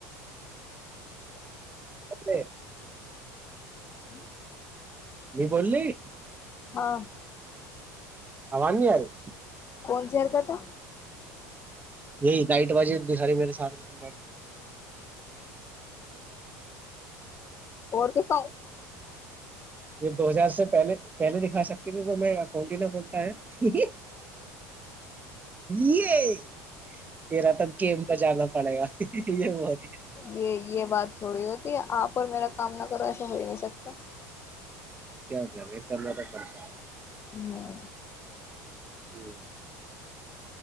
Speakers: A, on the right; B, on the left.
A: اے <unintelligible>
B: ہوں <unintelligible>
A: م بوللی <unintelligible>
B: ہاں
A: آان نہیںی ار <unintelligible>
B: کون سی حرکت ہے
A: یہی تائٹ بازی دکھا رہی میرے سات میں بیٹھ کے
B: اور کہ پائے <inaudible>
A: یہ دو ہزار سے پہلے پہلے دکھا سکتی ت میں اکنٹ ہی نہ کنتا ہے یہ تیرا تب گیم ب جانا تھا پڑے گا یہ ب <unintelligible>
B: یہ یہ بات تھوڑی ہوت آپ اور میرا کام نہ کرو ایسا ہو ہی نہیں سکتا
A: کیا کر رہے کرنا تھا کرتا
B: ہ <unintelligible>
A: جی